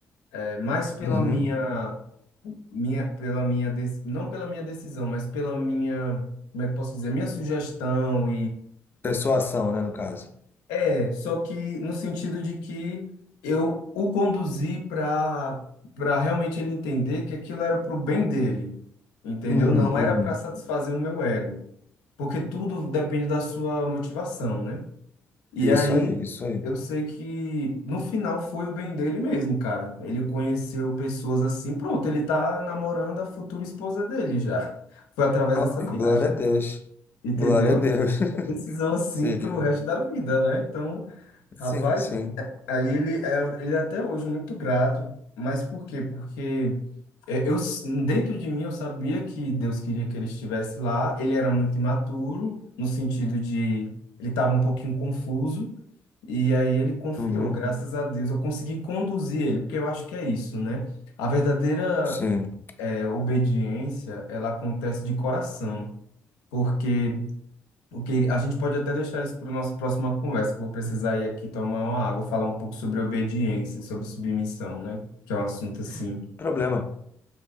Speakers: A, on the left; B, on the left.
A: é, mais pela
B: Uhum.
A: minha, minha, pela minha, dec- não pela minha decisão, mas pela minha, como é que eu posso dizer, minha sugestão
B: Persuasão, né, no caso.
A: É, só que no sentido de que eu o conduzi para para realmente ele entender que aquilo era pro bem dele, entendeu?
B: Uhum,
A: Não
B: uhum.
A: era para satisfazer o meu ego, porque tudo depende da sua motivação, né? E
B: Isso
A: aí
B: aí, isso aí.
A: eu sei que no final foi o bem dele mesmo, cara. Ele conheceu pessoas assim, pronto, ele tá namorando a futura esposa dele já. <laughs> Foi através
B: Ah,
A: dessa
B: glória
A: viagem,
B: a Deus.
A: entendeu?
B: Glória a Deus. <laughs>
A: Decisão assim
B: Sim,
A: pro resto da vida, né? Então,
B: sim,
A: Rapaz,
B: sim.
A: Aí ele é, ele é até hoje muito grato, mas por quê? Porque é, eu s- dentro de mim eu sabia que Deus queria que ele estivesse lá. Ele era muito imaturo no sentido de ele estava um pouquinho confuso e aí ele confiou.
B: Uhum,
A: Graças a Deus eu consegui conduzir ele, porque eu acho que é isso, né? A verdadeira
B: sim.
A: é, obediência ela acontece de coração, porque o que a gente pode até deixar isso para a nossa próxima conversa, que eu vou precisar ir aqui tomar uma água, falar um pouco sobre obediência, sobre submissão, né? Que é um assunto assim.
B: Problema.